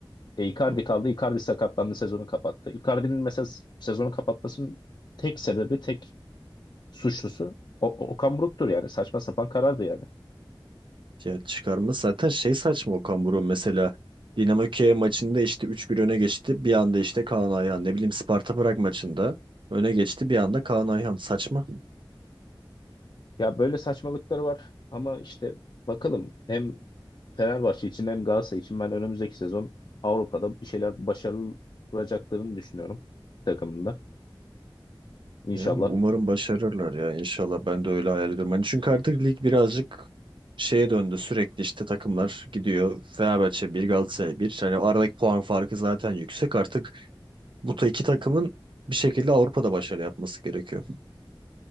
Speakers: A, on the left; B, on the right.
A: E, Icardi
B: Hı.
A: kaldı. Icardi sakatlandı sezonu kapattı. Icardi'nin mesela s- sezonu kapatmasının tek sebebi, tek suçlusu o, o- Okan Buruk'tur yani. Saçma sapan karardı yani.
B: Ya çıkarma zaten şey saçma Okan Buruk mesela. Dinamo Kiev maçında işte üç bir öne geçti. Bir anda işte Kaan Ayhan ne bileyim Sparta Prag maçında öne geçti. Bir anda Kaan Ayhan saçma.
A: Ya böyle saçmalıkları var ama işte bakalım hem Fenerbahçe için hem Galatasaray için ben önümüzdeki sezon Avrupa'da bir şeyler başarılacaklarını düşünüyorum takımında. İnşallah.
B: Yani umarım başarırlar ya inşallah ben de öyle hayal ediyorum. Hani çünkü artık lig birazcık şeye döndü sürekli işte takımlar gidiyor. Fenerbahçe bir Galatasaray bir Hani o aradaki puan farkı zaten yüksek artık. Bu ta iki takımın bir şekilde Avrupa'da başarı yapması gerekiyor.